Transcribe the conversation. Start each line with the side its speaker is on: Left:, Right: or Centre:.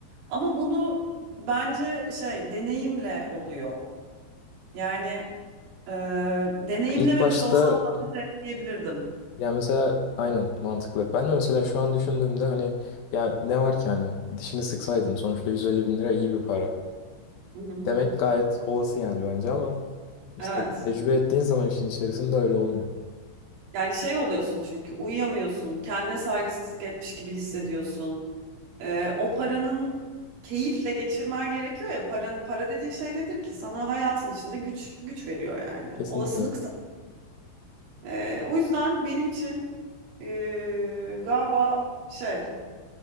Right: Ama bunu bence şey deneyimle oluyor. Yani e, deneyimlememiş
Left: İlk başta
Right: olsam zaten şey diyebilirdim.
Left: ya mesela aynen mantıklı. Ben de mesela şu an düşündüğümde hani ya ne var ki hani dişini sıksaydın sonuçta 150 bin lira iyi bir para.
Right: Hı hı.
Left: Demek gayet olası yani bence ama işte
Right: Evet.
Left: tecrübe ettiğin zaman işin içerisinde öyle olmuyor.
Right: Yani şey oluyorsun çünkü uyuyamıyorsun, kendine saygısızlık etmiş gibi hissediyorsun. Ee, o paranın keyifle geçirmen gerekiyor ya. Paran, para dediğin şey nedir ki? Sana hayatın içinde güç güç veriyor yani.
Left: Kesinlikle.
Right: Olasılık. sa- Ee, o yüzden benim için ee, galiba şey